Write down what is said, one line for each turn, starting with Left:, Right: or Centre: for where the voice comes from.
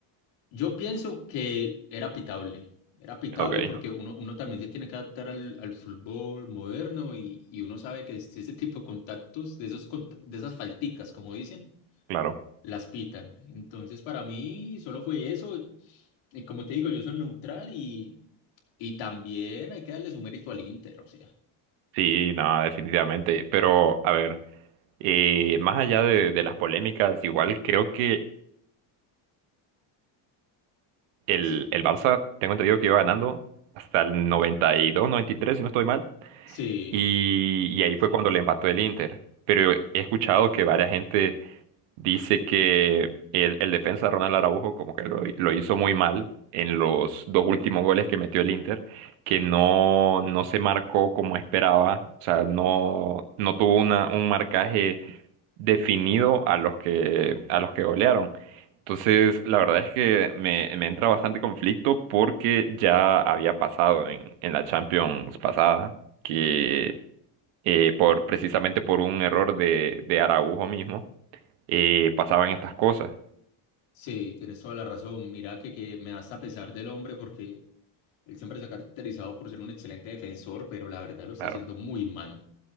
Left: Yo pienso que era pitable, era pitable
Right: Ok,
Left: porque uno, uno también se tiene que adaptar al, al fútbol moderno y, y uno sabe que es- ese tipo de contactos, de esos, cont- de esas falticas, como dicen,
Right: claro.
Left: las pitan. Entonces, para mí solo fue eso. Y como te digo, yo soy neutral y, y también hay que darle su mérito al Inter, o sea.
Right: Sí, no, definitivamente. Pero, a ver, eh, más allá de, de las polémicas, igual creo que el,
Left: Sí,
Right: el Barça, tengo entendido que iba ganando hasta el noventa noventa y dos, noventa y tres, si no estoy mal.
Left: sí.
Right: Y, y ahí fue cuando le empató el Inter. Pero he escuchado que varias gente dice que el, el defensa Ronald Araujo como que lo, lo hizo muy mal en los dos últimos goles que metió el Inter, que no, no se marcó como esperaba, o sea, no, no tuvo una, un marcaje definido a los que, a los que golearon. Entonces, la verdad es que me, me entra bastante conflicto porque ya había pasado en, en la Champions pasada, que eh, por, precisamente por un error de, de Araujo mismo, eh, pasaban estas cosas.
Left: Sí, tienes toda la razón. Mira que, que me da hasta pesar del hombre porque él siempre se ha caracterizado por ser un excelente defensor, pero la verdad lo está
Right: Claro.
Left: haciendo muy mal.